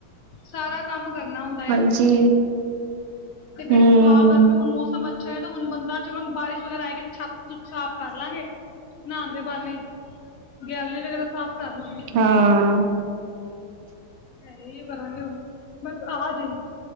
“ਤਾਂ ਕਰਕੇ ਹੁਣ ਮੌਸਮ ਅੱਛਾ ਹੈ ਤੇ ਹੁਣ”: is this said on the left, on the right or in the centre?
Left